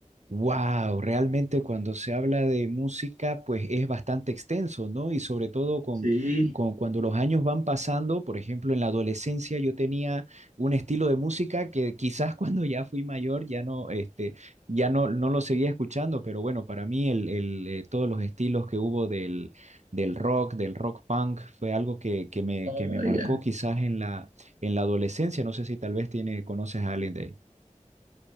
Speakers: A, on the right (about 60°); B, on the right (about 80°).
A: Wow, realmente cuando se habla de música, pues es bastante extenso, ¿no? Y sobre todo con,
B: Sí.
A: con cuando los años van pasando, por ejemplo, en la adolescencia yo tenía un estilo de música que quizás <laughs> cuando ya fui mayor ya no, este, ya no, no lo seguía escuchando, pero bueno, para mí el, el, eh, todos los estilos que hubo del, del rock, del rock punk, fue algo que, que me,
B: Ah,
A: que me marcó
B: ya.
A: quizás en la, en la adolescencia. No sé si tal vez tiene, conoces a alguien de ahí.